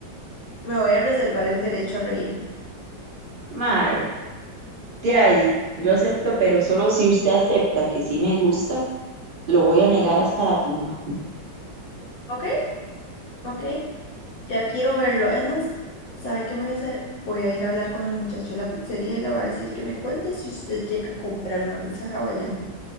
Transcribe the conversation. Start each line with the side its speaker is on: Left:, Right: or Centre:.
Left: me voy a reservar el derecho a reírme.
Right: ma, eh, de ahí, yo acepto, pero solo si usted acepta que sí me gusta, lo voy a negar hasta la tumba.
Left: ¿Ok? Ok. Ya quiero verlo. Es más, ¿sabe qué voy a hacer? Voy a ir a hablar con el muchacho de la pizzería y le voy a decir que me cuente si usted llega a comprar una pizza hawaiana.